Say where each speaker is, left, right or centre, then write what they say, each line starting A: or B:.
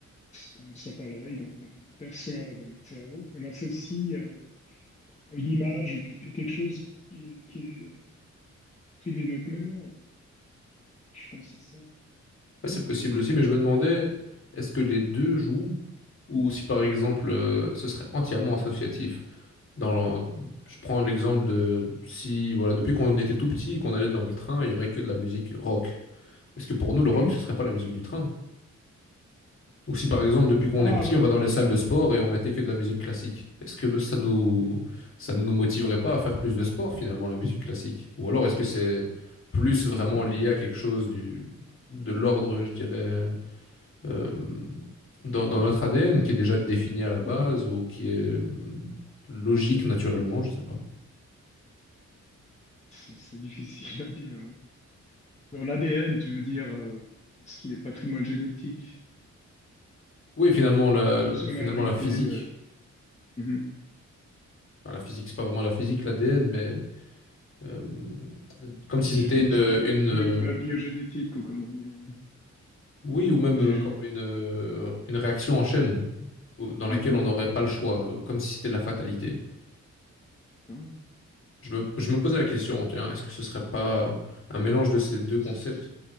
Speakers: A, on the left; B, on the left.
A: qu'on sent par l'oreille, donc qu'on perçoit dans notre cerveau, on associe euh, à une image ou quelque chose qui est, qui est euh, pris de notre mémoire. Je pense que c'est ça.
B: ouais, c'est possible aussi, mais je me demandais, est-ce que les deux jouent ou si par exemple, euh, ce serait entièrement associatif? Dans, je prends l'exemple de si, voilà, depuis qu'on était tout petit et qu'on allait dans le train, il y aurait que de la musique rock. Est-ce que pour nous, le rock,
A: Mhm.
B: ce serait pas la musique du train? Ou si par exemple, depuis qu'on
A: Ah
B: est petit,
A: ouais,
B: on va dans les salles de sport et on mettait que de la musique classique, est-ce que ça nous,
A: Mhm.
B: ça ne nous motiverait pas à faire plus de sport finalement, la musique classique? Ou alors est-ce que c'est plus vraiment
A: ouais.
B: lié à quelque chose du, de l'ordre, je dirais, euh, dans, dans notre ADN qui est déjà défini à la base
A: Mhm.
B: ou qui est euh, logique naturellement, je sais pas.
A: C'est c'est difficile à dire. hein. Dans l'ADN, tu veux dire euh, ce qui est patrimoine génétique,
B: Oui, finalement, la,
A: donc ce qu'on
B: finalement,
A: a hérité,
B: la physique.
A: euh, mhm.
B: Enfin, la physique, c'est pas vraiment la physique, l'ADN, mais euh, comme si
A: La génétique,
B: c'était une,
A: la,
B: une,
A: la bio, la biogénétique, ou comment dire, ouais.
B: Oui, ou même
A: biogénétique.
B: euh, comme une, euh, une réaction en chaîne au- dans laquelle
A: Mhm.
B: on n'aurait pas le choix, euh, comme si c'était de la fatalité.
A: D'accord.
B: Je me, je me posais la question, tiens, est-ce que ce serait pas un mélange de ces deux
A: C'est-
B: concepts?
A: c'est- c'est